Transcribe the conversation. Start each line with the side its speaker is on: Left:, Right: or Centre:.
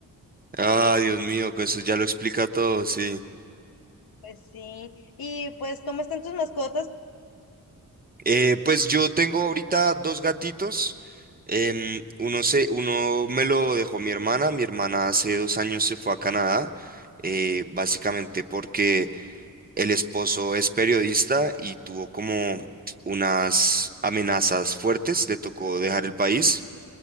Right: Ah, Dios mío, que eso ya lo explica todo, sí.
Left: Pues sí. Y pues, ¿cómo están tus mascotas?
Right: Eh, pues yo tengo ahorita dos gatitos. Em, uno se, uno me lo dejó mi hermana. Mi hermana hace dos años se fue a Canadá, eh, básicamente porque El esposo es periodista y tuvo como unas amenazas fuertes, le tocó dejar el país.